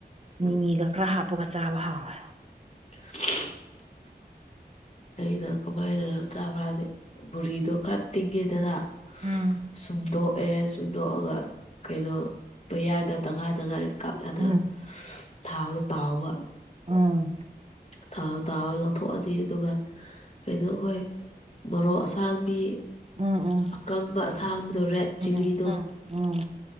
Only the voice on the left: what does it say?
ꯎꯝ
<inaudible> ꯑꯩꯅ ꯀꯃꯥꯏꯅꯅꯣ ꯆꯥꯕ꯭ꯔ ꯍꯥꯏꯕꯗꯤ ꯕꯨꯨꯔꯤꯗꯣ ꯈꯔ ꯇꯤꯡꯉꯦꯗꯅ
ꯁꯨꯝꯗꯣꯛꯑꯦ ꯁꯨꯝꯗꯣꯛꯑꯒ ꯀꯩꯅꯣ ꯃꯌꯥꯏꯗ ꯇꯪꯈꯥꯏ ꯇꯪꯈꯥꯏ ꯀꯛ ꯑꯗ
ꯊꯥꯎꯗ ꯇꯥꯎꯕ
ꯊꯥꯎ ꯇꯥꯎꯔ ꯂꯧꯊꯣꯛꯑꯅꯤ ꯑꯗꯨꯒ ꯀꯩꯅꯣ ꯑꯩꯈꯣꯏ ꯃꯣꯔꯣꯛ ꯑꯁꯥꯡꯕꯤ
ꯑꯀꯪꯕ ꯑꯁꯥꯡꯕꯗꯣ ꯔꯦꯠ ꯆꯤꯂꯤꯗꯣ